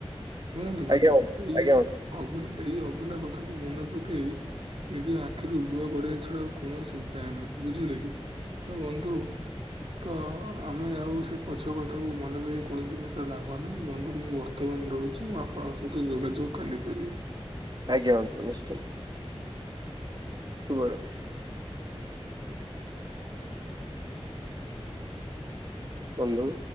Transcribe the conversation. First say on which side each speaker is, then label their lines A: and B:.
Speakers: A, on the right; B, on the right.
A: ଶୁଣନ୍ତୁ ବନ୍ଧୁ
B: ଆଜ୍ଞା
A: ଏଇ
B: ଆଜ୍ଞା ବନ୍ଧୁ ହୁଁ
A: ଅଭୁଲା ଏଇ ଅଭୁଲା କଥାକୁ ମନେ ପକେଇ। ନିଜ ଆଖିରୁ ଲୁହ ଗଢେଇବା ଛଡା ଆଉ କୌଣସି ଉପାୟ ନାହିଁ ବୁଝିଲେ କି। ତ ବନ୍ଧୁ। ତ ଆମେ ଆଉ ସେ ପଛ କଥାକୁ ମନେ ପକେଇ କୌଣସି ପ୍ରକାର ଲାଭ ନାହିଁ ବନ୍ଧୁ ମୁଁ ବର୍ତ୍ତମାନ ରୋହୁ ଛି ମୁଁ ଆପଣଙ୍କ ସହିତ ଯୋଗାଯୋଗ କାଲି କରିବି।
B: ଆଜ୍ଞା ବନ୍ଧୁ ନିଶ୍ଚିନ୍ତ। ଶୁଭରାତ୍ରି। ବନ୍ଧୁ।